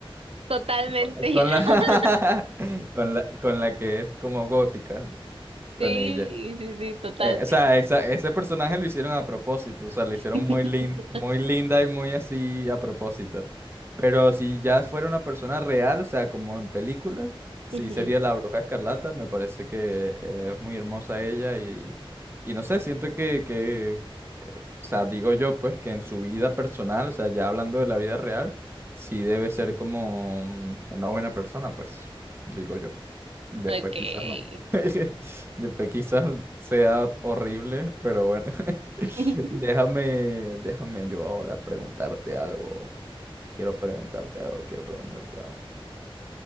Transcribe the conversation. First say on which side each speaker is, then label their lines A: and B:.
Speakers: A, on the right (about 85°); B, on the right (about 25°).
A: Totalmente.
B: Con, con
A: <laughs>
B: la, <laughs> con la, con la que es como gótica,
A: Sí,
B: con ella.
A: sí, sí, totalmente.
B: Eh, o sea, esa- ese personaje lo hicieron a propósito, o sea, lo hicieron
A: <laughs>
B: muy lin- muy linda y muy así a propósito. Pero si ya fuera una persona real, o sea, como en películas, sí
A: Ujú.
B: sería la Bruja Escarlata, me parece que eh, es muy hermosa ella y, y no sé, siento que, que, o sea, digo yo pues que en su vida personal, o sea, ya hablando de la vida real, sí debe ser como mm, una buena persona, pues, digo yo. Después
A: Ok.
B: quizás no. <laughs> Después quizás sea horrible, pero bueno.
A: <laughs>
B: <laughs> Déjame, déjame yo ahora preguntarte algo. Quiero preguntarte algo, quiero preguntarte algo.